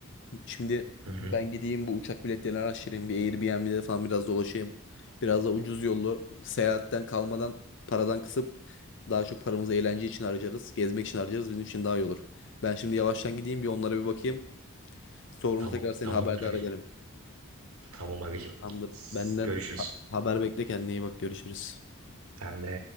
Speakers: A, on the left; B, on the right.
A: Şimdi
B: Hı hı.
A: ben gideyim bu uçak biletlerini araştırayım. Bir Airbnb'de falan biraz dolaşayım. Biraz da ucuz yollu seyahatten kalmadan paradan kısıp daha çok paramızı eğlence için harcarız. Gezmek için harcarız. Bizim için daha iyi olur. Ben şimdi yavaştan gideyim bir onlara bir bakayım. Sonra
B: Tamam.
A: tekrar seni
B: Tamamdır
A: haberdar
B: agacım.
A: ederim.
B: Tamam agacım.
A: Tamamdır.
B: S-
A: Benden
B: Görüşürüz.
A: ha- haber bekle kendine iyi bak görüşürüz.
B: Sen de